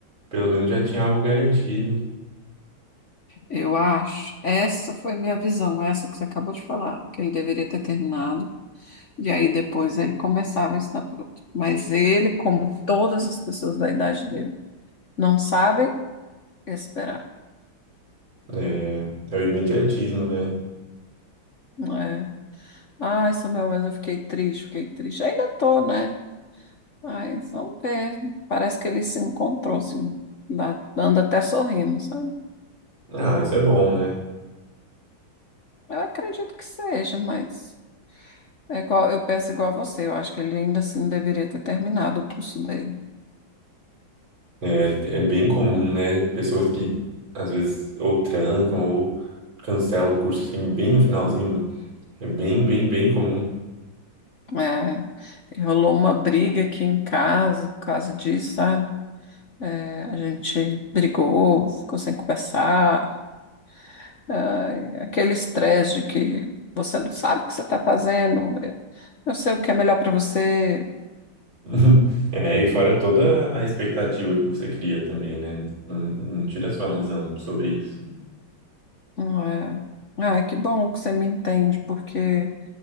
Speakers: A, on the right; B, on the left.
A: pelo menos já tinha algo garantido.
B: eu acho. Essa foi minha visão, essa que você acabou de falar, que ele deveria ter terminado, e aí depois ele começava a ensinar para outro. Mas ele, como todas as pessoas da idade dele, não sabem esperar,
A: É, é o imediatismo, né?
B: não é? Ai, Samuel, mas eu fiquei triste, fiquei triste. Ainda tô, né? Mas vamos ver, parece que ele se encontrou, assim, dá- anda até sorrindo, sabe?
A: Ah, isso é bom, né?
B: Eu acredito que seja, mas é igual, eu penso igual a você. Eu acho que ele ainda assim deveria ter terminado o curso dele.
A: É, é bem comum, né? Pessoas que às vezes ou trancam ou cancelam o curso assim bem no finalzinho. É bem, bem, bem comum.
B: É, e rolou uma briga aqui em casa por causa disso, sabe? É, a gente brigou, ficou sem conversar. É, aquele estresse de que você não sabe o que você está fazendo. Eu sei o que é melhor para você.
A: <laughs> É, e fora toda a expectativa que você cria também, né? Não, não tira a sua razão sobre isso.
B: Não É, ai, que bom que você me entende, porque.